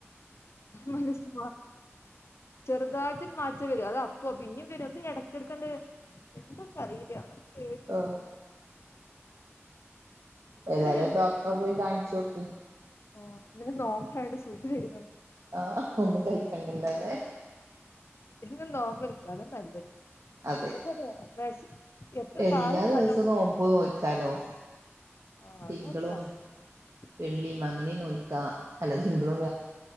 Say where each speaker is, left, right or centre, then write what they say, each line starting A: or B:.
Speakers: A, on the left; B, on the right.
A: മനസ് ചെറുതായിട്ടരു മാറ്റ വരും അത് അപ്പൊ പിന്നും വരും എന്ത ഇടക്കെടുക്കണ്ടണ്ട് എന്തൊക്കെ അറിയില്ല. പേടിണ്ട്
B: ആ.
A: ഇന്നലെ
B: ഏതായാലും ഒരു ഡോക്ടറെ പോയി കാണിച്ചു നോക്കി.
A: ആ ഇന്ന് നോമ്പ് ആയോണ്ട് സുഖമായി
B: ആഹ് ഒന്നും കഴിക്കണ്ടില്ലല്ലേ.
A: പിന്നെ നോമ്പൽക്ക അതാ നല്ലത്.
B: അതെ
A: <unintelligible> എത്ര
B: എല്ലാ
A: കാലം <unintelligible>
B: ദിവസവും നോമ്പ് നോൽക്കാലോ
A: ആ അതാ
B: തിങ്കളും
A: <unintelligible>
B: വെള്ളിയും അങ്ങനെ നോക്കാ പലതെങ്കിലും